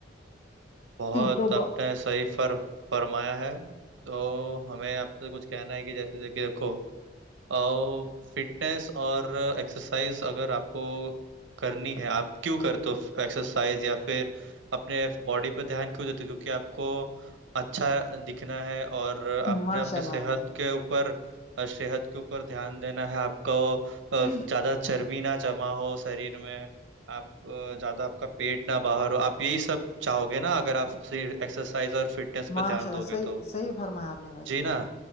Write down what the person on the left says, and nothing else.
تو
ماشاء
اللہ
بھائی
جان۔
ماشاء
اللہ
صحیح
صحیح فرمایا آپ نے بھائی
جان